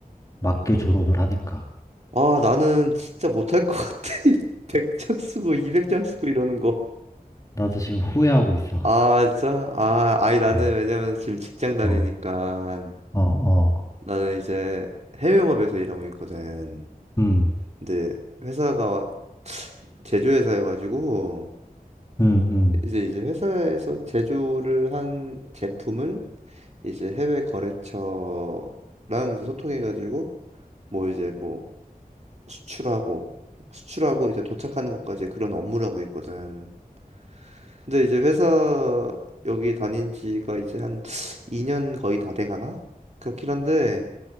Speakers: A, on the left; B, on the right.
A: 맞게 졸업을 하니까.
B: 아, 나는 진짜 못할 것 같아. <laughs> 100장 쓰고 200장 쓰고 이러는 거.
A: 나도 지금 후회하고 있어.
B: 아, 진짜? 아, 아니, 나는
A: 음.
B: 왜냐면 지금 직장 다니니까
A: 어, 어, 어.
B: 나는 이제 해외 영업에서 일하고 있거든.
A: 음,
B: 근데 회사가 제조 회사여가지고
A: 음, 음,
B: 이제 이제 회사에서 제조를 한 제품을 이제 해외 거래처랑 이제 소통해가지고 뭐 이제 뭐 수출하고 수출하고 이제 도착하는 것까지 그런 업무를 하고 있거든. 근데 이제 회사 여기 다닌 지가 이제 한 2년 거의 다 돼가나? 그렇긴 한데,